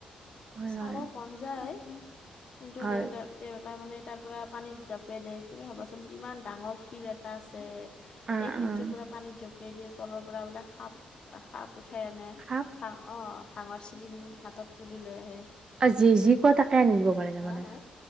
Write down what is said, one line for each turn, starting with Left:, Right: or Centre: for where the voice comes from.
Right: হয়,
Left: চাব
Right: হয়,
Left: মন যায়। কিন্তু
Right: হয়,
Left: দেউতা দে তাৰ মানে তাৰ পৰা পানীত জপিয়াই দিয়ে, তুমি ভাবাচোন কিমান ডাঙৰ শিৰ এটা আছে।
Right: অ',
Left: এই কিন্তু
Right: অ',
Left: জপিয়াই দিয়ে তলৰ পৰা বোলে সাপ সাপ উঠে আনে
Right: সাপ
Left: ভাং অ', ভাঙৰ চিলিম হাতত তুলি লৈ আহে।
Right: আজি যি কোৱা তাকে আনি দিব পাৰে তাৰমানে
Left: হা হা